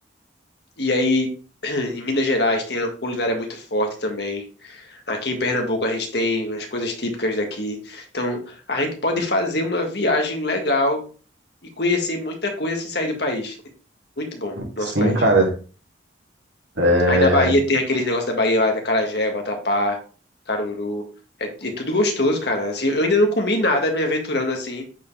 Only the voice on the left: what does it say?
E aí, <clears throat> em Minas Gerais tem a culinária muito forte também. Aqui em Pernambuco a gente tem as coisas típicas daqui. Então, a gente pode fazer uma viagem legal e conhecer muita coisa sem sair do país. Muito bom, nosso
país.
Aí na Bahia tem aqueles negócios da Bahia lá, da acarajé, vatapá, caruru. É, é tudo gostoso, cara. Assim, eu ainda não comi nada me aventurando assim